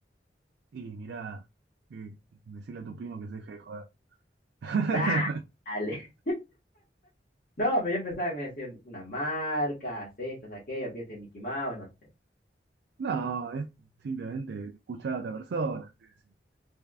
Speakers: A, on the right; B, on the left.
A: y mirá, eh, decirle a tu primo que se deje de joder. <laughs>
B: Dale. No, pero yo pensaba que me iba a decir una marca, haz esto, haz aquello, pienso en Mickey Mouse, no sé.
A: No, es simplemente escuchar a otra persona. es decir,